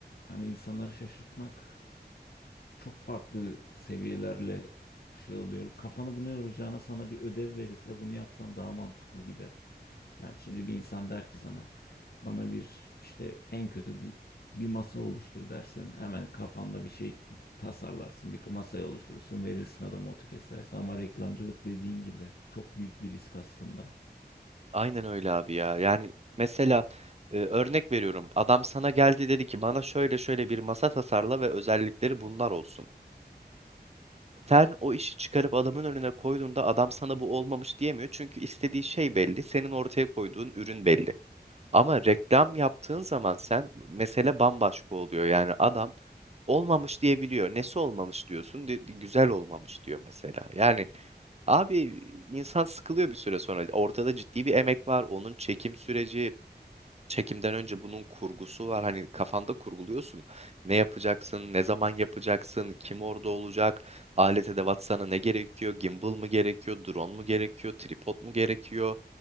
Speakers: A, on the left; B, on the right.
A: hani insanları şaşırtmak çok farklı seviyelerle şey oluyor. Kafanı buna yoracağına sana bir ödev verirse bunu yapsan daha mantıklı gibi. Yani şimdi bir insan der ki sana bana bir işte en kötü di- bir masa oluştur dersin. Hemen kafanda bir şey tasarlarsın. Bir masayı oluşturursun. Verirsin adama AutoCAD sayesinde. Ama reklamcılık dediğin gibi çok büyük bir risk aslında.
B: Aynen öyle abi ya. Yani mesela e, örnek veriyorum. Adam sana geldi dedi ki bana şöyle şöyle bir masa tasarla ve özellikleri bunlar olsun. Sen o işi çıkarıp adamın önüne koyduğunda adam sana bu olmamış diyemiyor. Çünkü istediği şey belli. Senin ortaya koyduğun ürün belli. Ama reklam yaptığın zaman sen mesele bambaşka oluyor. Yani adam olmamış diyebiliyor. Nesi olmamış diyorsun? De- güzel olmamış diyor mesela. Yani abi insan sıkılıyor bir süre sonra. Ortada ciddi bir emek var. Onun çekim süreci, çekimden önce bunun kurgusu var. Hani kafanda kurguluyorsun. Ne yapacaksın, ne zaman yapacaksın, kim orada olacak, alet edevat sana ne gerekiyor, gimbal mı gerekiyor, drone mu gerekiyor, tripod mu gerekiyor,